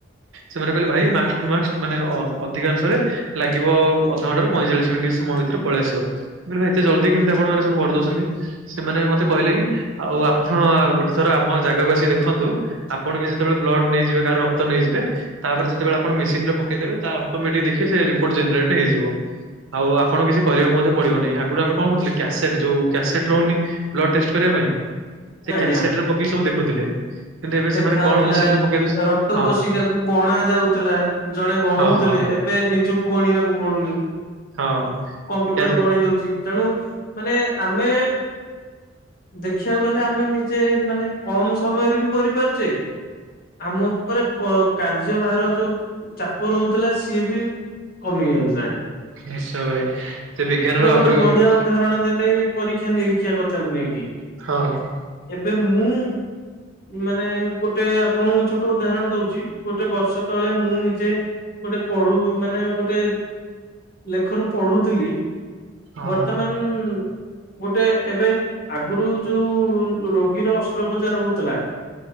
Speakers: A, on the right (about 85°); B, on the left (about 50°).
A: ସେମାନେ କହିଲେ ଭାଇ ମ୍ୟାକ୍ସ ଟୁ ମ୍ୟାକ୍ସ ମାନେ ଅ ଅଧିକାଂଶରେ ଲାଗିବ ଆଉ ଅଧଘଣ୍ଟାରୁ ପଇଁଚାଳିଶ ମିନିଟ୍ ସମୟ ଭିତରେ ପଳେଇ ଆସିବ। ମୁଁ କହିଲି କଣ ଏତେ ଜଲ୍ଦି କେମିତି ଆପଣମାନେ ସବୁ କରିଦଉଚନ୍ତି? ସେମାନେ ମତେ କହିଲେ କି ଆଉ ଆପଣ ଗୋଟେ ଥର ଆମ ଜାଗାକୁ ଆସିକି ଦେଖନ୍ତୁ, ଆପଣ ବି କେତେବେଳେ ବ୍ଲଡ୍ ନେଇଯିବେ କାହାର ରକ୍ତ ନେଇଯିବେ ତାପରେ ଯେତବେଳେ ଆପଣ ମେସିନ ରେ ପକେଇଦେବେ ତା ଅଟୋମେଟିକ୍ ଦେଖିବେ ସେ ରିପୋର୍ଟ ଜେନେରେଟ୍ ହେଇଯିବ। ଆଉ ଆପଣ କିଛି କରିବାକୁ ମଧ୍ୟ ପଡିବ ନାହିଁ, ଆଗୁରୁ ଆମେ କଣ କରୁଥିଲେ କ୍ୟାସେଟ୍ ଯୋଉ କ୍ୟାସେଟ୍ ରହୁନି ବ୍ଲଡ୍ କରିବା ପାଇଁ, ସେ
B: ଆଜ୍ଞା
A: କ୍ୟାସଟ୍ ରେ ପକେଇ ସବୁ ଦେଖୁଥିଲେ କିନ୍ତୁ ଏବେ
B: ଦେଖା
A: ସେମାନେ
B: ହଉଥିଲା
A: ମେସିନ୍ ରେ ପକେଇ ଦଉଛନ୍ତି
B: ରକ୍ତ
A: ହଁ
B: କୋଷିକାକୁ ଗଣା ଯାଉଥିଲା, ଜଣେ ଗଣୁଥିଲେ
A: ହଁ ହଁ
B: ଏବେ ନିଜକୁ ଗଣିବାକୁ ପଡୁନି।
A: ହଁ। ଶିକା
B: ମ୍ପୁଟର ଗଣି ଦଉଚି, ତେଣୁ ମାନେ ଆମେ ଦେଖିଆକୁ ଗଲେ ଆମେ ନିଜେ ମାନେ କମ୍ ସମୟରେ ବି କରିପାରୁଚେ, ଆମ ଉପରେ କ କାର୍ଯ୍ୟଭାର ଯୋଉ ଚାପ ରହୁଥିଲା ସିଏ ବି କମି ଯିବାକୁ ବସିଲାଣି।
A: ନିଶ୍ଚୟ ଭାଇ, ସେ ବିଜ୍ଞାନର
B: ଗୋଟେ
A: ଅଗ୍ରଗତି
B: ବଢିଆ ଉଦାହରଣ ଦେଲେ ଏଇ ପରୀକ୍ଷା ନିରୀକ୍ଷା କଥାକୁ ନେଇକି।
A: ହଁ।
B: ଏବେ ମୁଁ ମାନେ ଗୋଟେ ଆପଣଙ୍କୁ ଛୋ ଟ ଉଦାହରଣ ଦଉଚି, ଗୋଟେ ବର୍ଷ ତଳେ ମୁଁ ନିଜେ ଗୋଟେ ପଢୁ ମାନେ ଗୋଟେ ଲେଖରୁ ପଢୁଥିଲି ବର୍ତ୍ତମାନ୍
A: ହଁ
B: ଗୋଟେ ଏବେ ଆଗୁରୁ ଯୋଉ ରୋଗୀର ଅସ୍ତ୍ରୋପଚାର ହଉଥିଲା।